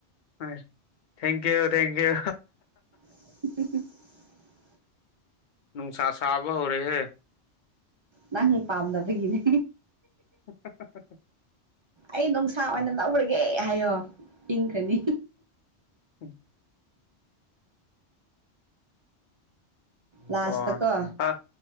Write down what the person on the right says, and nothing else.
<unintelligible>
ꯅꯪ ꯄꯥꯝꯗꯕꯒꯤꯅꯦ
ꯑꯩ ꯅꯨꯡꯁꯥ ꯑꯣꯏꯅ ꯂꯧꯔꯒꯦ ꯍꯥꯏꯌꯣ ꯏꯪꯈ꯭ꯔꯅꯤ
ꯂꯥꯁꯇ
ꯀꯣ